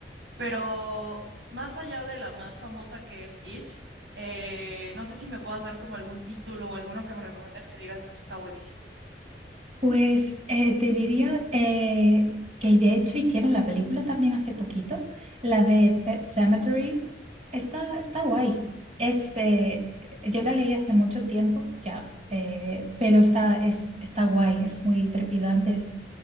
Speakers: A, on the right (about 90°); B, on the right (about 40°).
A: Pero más allá de la más famosa que es It, eh, no sé si me puedas dar como algún título o alguno que me recomiendes que digas, este está buenísimo.
B: Pues eh, te diría eh, que de hecho hicieron la película también hace poquito, la de Pet Cemetery. Está, está guay. Es, eh, yo la leí hace mucho tiempo ya, eh, pero está, es, está guay, es muy trepidante,